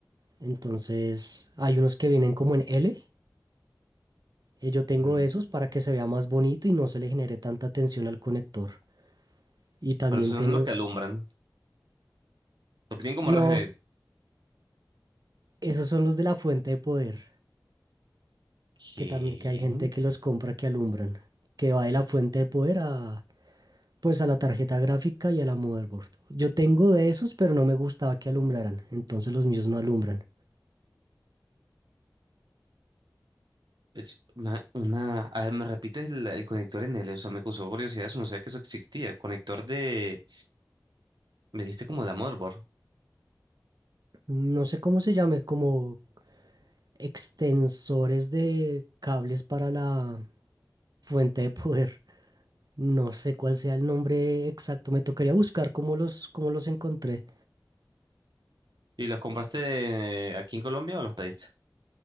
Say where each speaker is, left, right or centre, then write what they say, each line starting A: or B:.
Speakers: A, on the right (about 65°); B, on the right (about 85°).
A: Entonces, hay unos que vienen como en L. eh, Yo tengo
B: Mm,
A: esos para que se vea más bonito y no se le genere tanta tensión al conector. Y también
B: Pero eso
A: tengo...
B: es lo que alumbran. Lo que tienen como
A: No,
B: RGB.
A: esos son los de la fuente de poder.
B: ¿Qué?
A: que también que hay gente que los compra que alumbran, que va de la fuente de poder a pues a la tarjeta gráfica y a la motherboard. Yo tengo de esos, pero no me gustaba que alumbraran, entonces los míos no alumbran.
B: Es una, una- A ver, ¿me repites el, el conector NL? O sea, me causó curiosidad eso. No sabía que eso existía. Conector de... Me dijiste como de motherboard.
A: No sé cómo se llame, como extensores de cables para la fuente de poder. No sé cuál sea el nombre exacto, me tocaría buscar cómo los cómo los encontré.
B: ¿Y los compraste aquí en Colombia o los pediste?